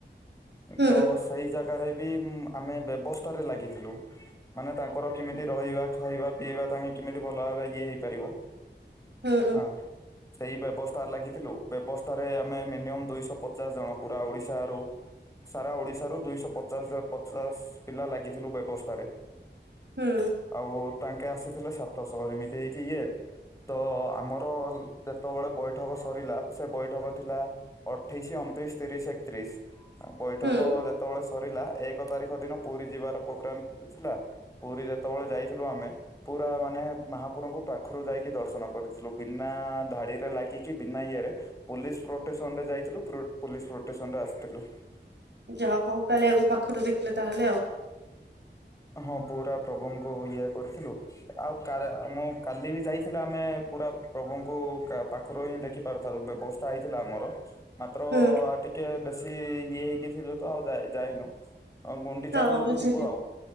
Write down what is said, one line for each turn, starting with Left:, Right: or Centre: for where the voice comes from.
Right: ହୁଁ
Left: ତ ସେଇ ଜାଗାରେ ବି ଆମେ ବ୍ୟବସ୍ଥାରେ ଲାଗିଥିଲୁ। ମାନେ ତାଙ୍କର କେମିତି ରହିବା ଖାଇବା ପିଇବା ତାଙ୍କେ କେମିତି ଭଲ ଭାବେ ଇଏ ହେଇପାରିବ।
Right: ହୁଁ
Left: ହଁ। ସେଇ ବ୍ୟବସ୍ତା ଲାଗିଥିଲୁ ବ୍ୟବସ୍ଥାରେ ଆମେ ମିନିୟମ ଦୁଇଶହ ପଚାଶ ଜଣ ପୁରା ଓଡିଶାରୁ। ସାରା ଓଡିଶା ରୁ ଦୁଇଶହ ପଚାଶ ପଚାଶ ପିଲା ଲାଗିଥିଲୁ ବ୍ୟବସ୍ଥାରେ।
Right: ହୁଁ।
Left: ଆଉ ତାଙ୍କେ ଆସିଥିଲେ ସାତଶହ ଏମିତି ହେଇକି ଇଏ। ତ ଆମର ଯେତେବେଳେ ବୈଠକ ସରିଲା ସେ ବୈଠକ ଥିଲା। ଅଠେଇଶି ଅଣତିରିଶ ତିରିଶ ଏକତିରିଶ। ବୈଠକ
Right: ହୁଁ
Left: ଯେତେବେଳେ ସରିଲା ଏକ ତାରିଖ ଦିନ ପୁରୀ ଯିବାର ପ୍ରୋଗ୍ରାମ ଥିଲା। ପୁରୀ ଯେତେବେଳେ ଯାଇଥିଲୁ ଆମେ। ପୁରା ମାନେ ମହାପୁରଙ୍କୁ ପାଖରୁ ଯାଇକି ଦର୍ଶନ କରିଥିଲୁ ବିନା ଧାଡିରେ ଲାଗିକି ବିନା ଇଏରେ। ପୋଲିସ ପ୍ରୋଟେସନ ରେ ଯାଇଥିଲୁ ପୋଲିସ ପ୍ରୋଟେସନ ରେ ଆସିଥିଲୁ।
Right: ଯାହା ହୋଉ କାଳିଆକୁ ପାଖରୁ ଦେଖିଲେ ତାହେଲେ ଆଉ।
Left: ହଁ ପୁରା ପ୍ରଭୁଙ୍କୁ ଇଏ କରିଥିଲୁ। ଆଉ ମୁଁ କାଲି ବି ଯାଇଥିଲି ଆମେ ପୁରା ପ୍ରଭୁଙ୍କୁ ପାଖରୁ ହିଁ ଦେଖି ପାରୁଥାଉ ବ୍ୟବସ୍ ତା ହେଇଥିଲା ଆମର। ମାତ୍ର
Right: ହୁଁ
Left: ଟିକେ ବେଶି ଇଏ ହେଇକି ଥିବ ତ ଆଉ ଯାଏ ଯାଇନୁ। ହଁ ଗୁଣ୍ଡିଚା
Right: ହଁ
Left: ବଳକୁ
Right: ବୁଝିଲି
Left: ଯିବୁ ଆଉ।